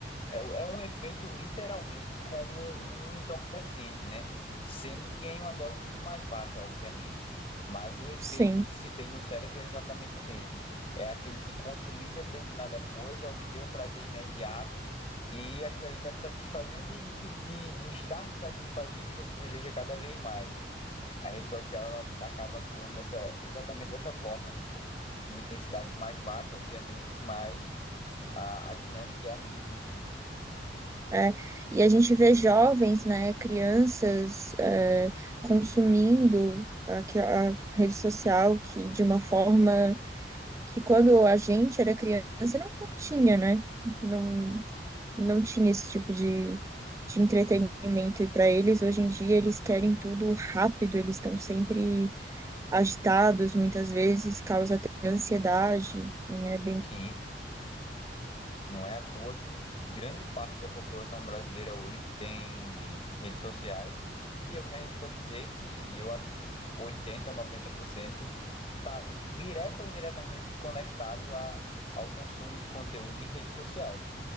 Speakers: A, on the left; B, on the right.
A: É, é um efeito literalmente como um um entorpecente, né? Sendo que em uma dose muito mais baixa, obviamente. Mas o efeito
B: Sim.
A: que se tem no cérebro é exatamente o mesmo. É aquele de consumir determinada coisa, obter um prazer imediato e aquilo ali está te satisfazendo, e em virtude de, de estar te satisfazendo, você deseja cada vez mais. A rede social ela acaba atuando dessa, exatamente dessa forma, né? Numa intensidade mais baixa, obviamente, mas a, a dinâmica é a mesma.
B: É, e a gente vê jovens, né, crianças, é, consumindo a, que- a rede social que de uma forma que quando a gente era criança não, não tinha, né? Não, não tinha esse tipo de, de entretenimento. E para eles, hoje em dia, eles querem tudo rápido, eles estão sempre agitados muitas vezes, causa até ansiedade, né? Bem,
A: Sim. Não é à toa que grande parte da população brasileira hoje tem redes sociais, e eu me arrisco a dizer que eu acho que oitenta, noventa por cento está direto ou indiretamente conectado a, ao consumo de conteúdo em redes sociais.